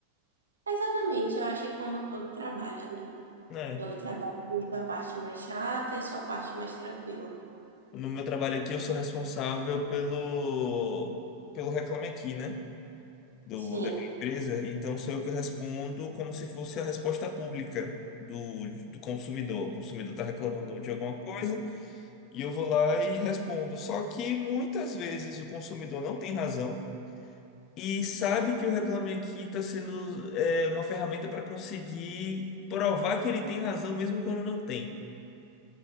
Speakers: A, on the right; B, on the left.
A: Exatamente, eu acho que como todo trabalho, né?
B: né?
A: Todo trabalho tem sua parte mais chata e sua parte mais tranquila.
B: No meu trabalho aqui, eu sou responsável pelo pelo Reclame Aqui, né? Do,
A: Sim,
B: da minha empresa, então sou eu que respondo como se fosse a resposta pública do, do consumidor. O consumidor está reclamando de alguma coisa, E eu vou lá e respondo. Só que muitas vezes o consumidor não tem razão e sabe que o Reclame Aqui está sendo é, uma ferramenta para conseguir provar que ele tem razão mesmo quando não tem.